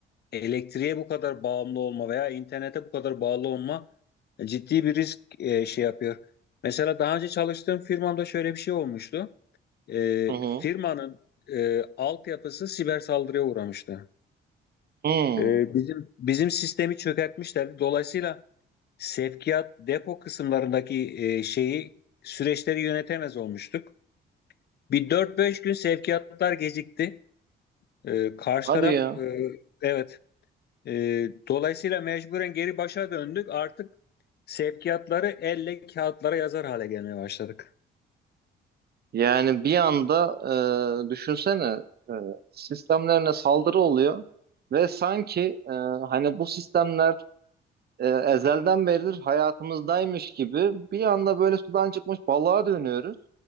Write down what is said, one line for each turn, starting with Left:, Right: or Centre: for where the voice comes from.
Left: elektriğe bu kadar bağımlı olma veya internete bu kadar bağlı olma ciddi bir risk e, şey yapıyor. Mesela daha önce çalıştığım firmamda şöyle bir şey olmuştu. E,
Right: Hı hı.
Left: firmanın e, altyapısı siber saldırıya uğramıştı.
Right: Hı.
Left: E, bizim bizim sistemi çökertmişlerdi. Dolayısıyla sevkiyat depo kısımlarındaki e, şeyi süreçleri yönetemez olmuştuk. Bir dört beş gün sevkiyatlar gecikti. Ee, karşı
Right: Hadi
Left: taraf
Right: ya.
Left: e, evet Ee, dolayısıyla mecburen geri başa döndük. Artık sevkiyatları elle kağıtlara yazar hale gelmeye başladık.
Right: Yani bir anda e, düşünsene e, sistemlerine saldırı oluyor ve sanki e, hani bu sistemler e, ezelden beridir hayatımızdaymış gibi bir anda böyle sudan çıkmış balığa dönüyoruz